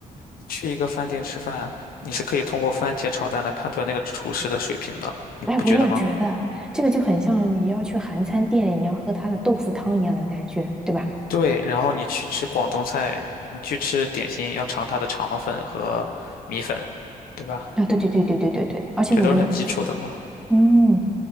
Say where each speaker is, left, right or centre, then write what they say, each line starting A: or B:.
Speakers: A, on the left; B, in the centre.
A: 你去一个饭店吃饭，你是可以通过番茄炒蛋来判断那个厨师的水平的，你不觉得吗？
B: 哎，我也觉得这个就很像你要去韩餐店，你要喝它的豆腐汤一样的感觉，对吧？
A: 对，然后你去吃广东菜，你去吃点心，要尝它的肠粉和米粉，对吧？
B: 啊，对对对对对对对，而且我觉得，
A: 这都是很基础的嘛。
B: 嗯，